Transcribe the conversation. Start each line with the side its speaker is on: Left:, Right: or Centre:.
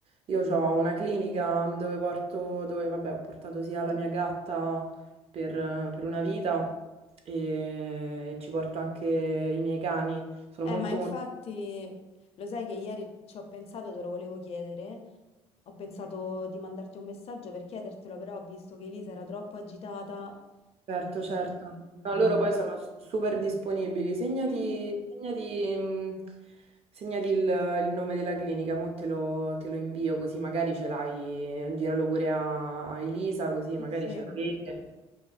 Right: io ho una clinica dove porto, dove vabbè ho portato sia la mia gatta per, per una vita e ci porto anche i miei cani. Sono
Left: Eh,
Right: molto
Left: ma infatti,
Right: molto...
Left: lo sai che ieri ci ho pensato, te lo volevo chiedere. Ho pensato di mandarti un messaggio per chiedertelo, però ho visto che Elisa era troppo agitata.
Right: Certo,
Left: E...
Right: certo. No,
Left: mm,
Right: loro poi sono s- super disponibili. Segnati,
Left: <clears throat>
Right: segnati, mh, segnati il, il nome della clinica, mo te lo, te lo invio così magari ce l'hai, giralo pure a, a Elisa così
Left: Sì,
Right: magari
Left: sì.
Right: ce l'avete,